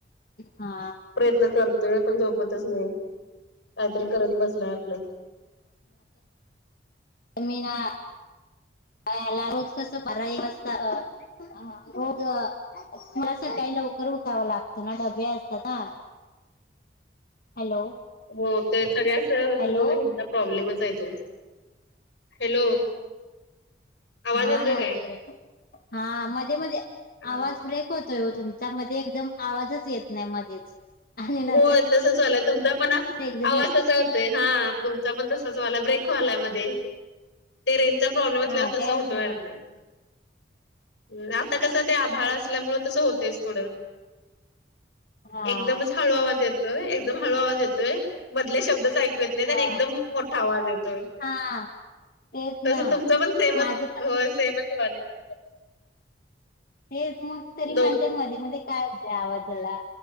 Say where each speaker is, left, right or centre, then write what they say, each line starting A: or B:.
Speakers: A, on the left (about 55°); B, on the left (about 85°).
A: हा
B: प्रयत्न करतोय पणो नाही काहीतरी करत बसलाय आपलं.
A: मीना याला रोज कसं बारा एक वाजता ह रोज खला सकाळी लवकर उठावं लागतं ना डबे असतात ना हॅलो
B: हो ते सगळ्याच
A: हॅलो
B: हि प्रॉब्लेमच आहे दो हॅलो आवाज
A: हा
B: येतोय
A: ना
B: काय?
A: ते हा मध्ये मध्ये
B: अ
A: आवाज ब्रेक होतोय तुमचा मध्ये एकदम आवाजच येत नाही मध्येच आणि नंतर
B: हो तसच वालाय तुमचा पण
A: एकदम
B: आवाज तसा ते हा तुमचा पण तसाच वाला ब्रेक वलाय मध्ये ते रेनचा प्रॉब्लेम असल्यावर
A: हा
B: तसं
A: काय
B: होतोय
A: हा
B: अर्थ ह आता कसं ते आभाळ
A: तेच
B: असल्यामुळे तसं होतच थोडं
A: हा
B: एकदमच हळू आवाज येतोय एकदम हळू आवाज येतोय मधले शब्द ऐकू येत नाही आणि
A: हा
B: एकदम मोठा आवाज येतोय?
A: हा तेच
B: तस
A: ना
B: तुमच पण सेमचं
A: माझं पण
B: होय सेमच व्हायलाय?
A: हे मग
B: पण
A: तरी
B: दोघ
A: म्हणते मध्ये मध्ये काय होतंय आवाजाला?